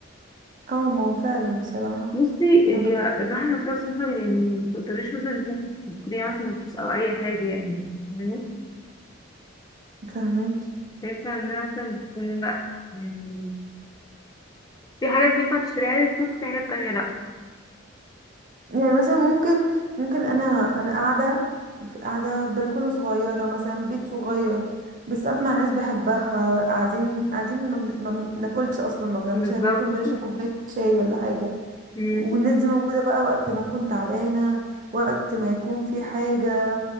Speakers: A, on the right; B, on the left.
A: اه ما هو فعلا بصراحة
B: بصي
A: انا
B: هي
A: ب-
B: الراحة النفسية بصراحة يعني متقدريش مثلا إنك إنتي تشتريها مثلا بفلوس أو أي حاجة يعني فاهماني؟
A: فاهمك
B: شايفة انها مثلا بتكون لأ يعني في حاجات ينفع تشتريها عادي بفلوس وفي حاجات تانية لأ
A: يعني مثلا ممكن ممكن انا انا قاعدة في قاعدة في بلكونة صغيرة مثلا بيت صغير بس قاعدة مع ناس بحبها قاعدين قاعدين ما بن- ما بناكلش اصلا ما بنعملش
B: بالظبط
A: حاجة ممكن بنشرب كوباية شاي ولا حاجة
B: مم.
A: والناس دي موجودة بقى وقت ما اكون تعبانة وقت ما يكون في حاجة